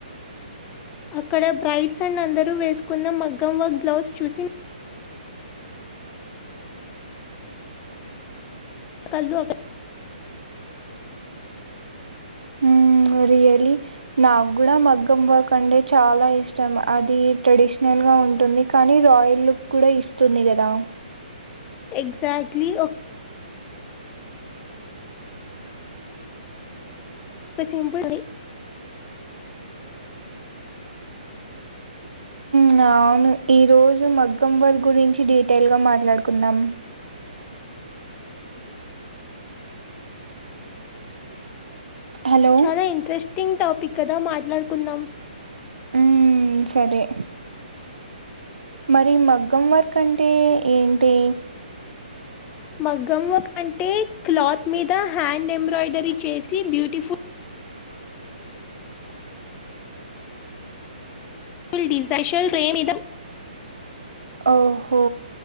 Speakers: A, on the left (about 20°); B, on the right (about 85°).
A: అక్కడ బ్రైట్స్ అండ్ అందరు వేసుకున్న మగ్గం వర్క్ బ్లౌజ్ చూసి కళ్ళు అక్క
B: ఉమ్ రియలీ నాకు కూడా మగ్గం వర్క్ అంటే చాలా ఇష్టం అది ట్రెడిషనల్ గా ఉంటుంది కానీ రాయల్ లుక్ కూడా ఇస్తుంది కదా
A: ఎగ్సాట్లీ ఒ క సింపుల్ ది
B: మ్ అవును ఈ రోజు మగ్గం వర్క్ గురించి డీటెయిల్ గా మాట్లాడుకుందాం హలో
A: చాలా ఇంట్రెస్టింగ్ టాపిక్ కదా మాట్లాడుకుందాం
B: ఉమ్ సరే మరి మగ్గం వర్క్ అంటే ఏంటి
A: మగ్గం వర్క్ అంటే క్లాత్ మీద హ్యాండ్ ఎంబ్రాయిడరీ చేసి బ్యూటిఫు ల్ డిజైషల్ రేమ్ ఇదం
B: ఓహో